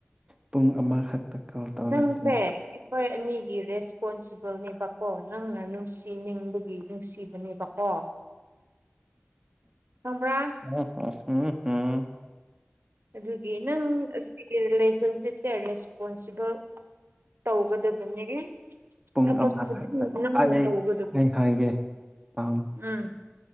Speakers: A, on the right (about 20°); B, on the right (about 70°).
A: ꯄꯨꯡ ꯑꯃꯈꯛꯇ ꯀꯣꯜ ꯇꯧꯔꯗꯤ
B: ꯅꯪꯁꯦ ꯍꯣꯏ ꯑꯅꯤꯒꯤ ꯔꯦꯁꯄꯣꯟꯁꯤꯕꯜꯅꯦꯕꯀꯣ ꯅꯪꯅ ꯅꯨꯡꯁꯤ ꯅꯤꯡꯕꯒꯤ ꯅꯨꯡꯁꯤꯕꯅꯦꯕꯀꯣ ꯈꯪꯕ꯭ꯔꯥ
A: ꯎ ꯍ ꯎꯝ ꯍꯝ
B: ꯑꯗꯨꯒꯤ ꯅꯪ ꯑꯁꯤꯒꯤ ꯔꯤꯂꯦꯁꯟꯁꯤꯞꯁꯦ ꯔꯦꯁꯄꯣꯟꯁꯤꯕꯜ ꯇꯧꯒꯗꯕꯅꯦ
A: ꯄꯨꯡ
B: ꯊꯕꯛ
A: ꯑꯃꯈꯛꯇ
B: ꯈꯨꯗꯤꯡꯃꯛ ꯂꯅ
A: ꯑꯩ
B: ꯇꯧꯒꯗꯕꯅꯦꯕ
A: ꯑꯩ ꯍꯥꯏꯒꯦ ꯄꯥꯎ
B: ꯎꯝ